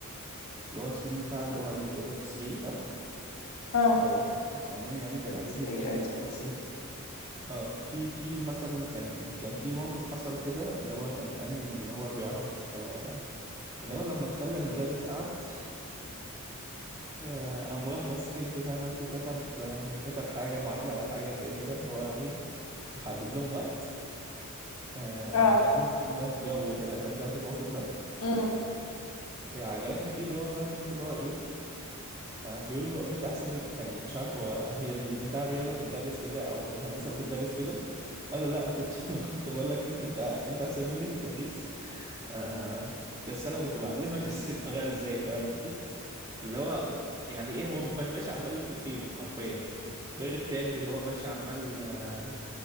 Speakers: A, on the right; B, on the left.
A: اللي هو الفيلم بتاع اللي هو الايه ده 3 ده
B: اه
A: او 3 عموما يعني كان عاجبني
B: 3
A: في حتة
B: idiots
A: اللي هو ايه اه في في مثلا كان كان في موقف حصل كده اللي هو كان قال ان هو بيعرف آه، اللي هو لما تخلى المدرس قعد <laughs> وقام راح ماسك انت فاهمة انت كتب كتب حاجة معادلة أو حاجة زي كده اللي هو إيه وحدد لهم وقت آه
B: اه
A: حدد لهم وقت إنهم يجاوبوا كده فاكرة انت الموقف ده؟
B: امم
A: إيه عجبني فيه اللي هو فاهمة انت اللي هو إيه آه بيقول له انت احسن من كان مش عارف هو هي البتاع الرياضه بتدرس كده او الهندسه بتدرس كده قال له لا انا كنت <laughs> كنت بقول لك انت انت أنت احسن مني في التدريس آه بس انا كنت بعلمك <laughs> الطريقه ازاي فاهم انت اللي هو يعني ايه هو ما- ماشي عمال يخنق فيهم حرفيا وغير التاني اللي هو ماشي عمال آه،